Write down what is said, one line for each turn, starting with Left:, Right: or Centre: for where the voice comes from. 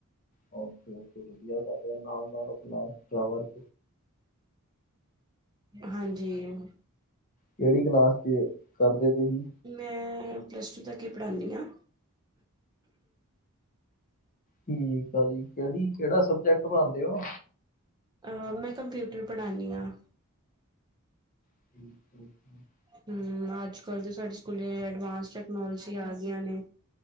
Left: ਓਕੇ ਓਕੇ ਵਧੀਆ ਗੱਲ ਹੈ ਨਾਲ ਨਾਲ ਆਪਣਾ ਜੋਬ ਵਰਕ।
Right: ਹਾਂਜੀ ਉਹ।
Left: ਕਿਹੜੀ ਕਲਾਸ 'ਚ ਕਰਦੇ ਪਏ ਜੀ।
Right: ਮੈਂ ਪਲੱਸ ਟੂ ਤੱਕ ਹੀ ਪੜ੍ਹਾਉਦੀ ਹਾਂ।
Left: ਠੀਕ ਆ ਜੀ ਕਿਹੜੀ ਕਿਹੜਾ ਸਬਜੈਕਟ ਪੜਾਉਂਦੇ ਹੋ।
Right: ਅਹ ਮੈਂ ਕੰਪਿਊਟਰ ਪੜ੍ਹਾਉਂਦੀ ਹਾਂ।
Left: <unintelligible>
Right: ਹੂੰ ਅੱਜ ਕੱਲ੍ਹ ਤਾਂ ਸਾਡੇ ਸਕੂਲੇ ਐਡਵਾਂਸ ਟੈਕਨੋਲੋਜੀ ਆ ਗਈਆਂ ਨੇ।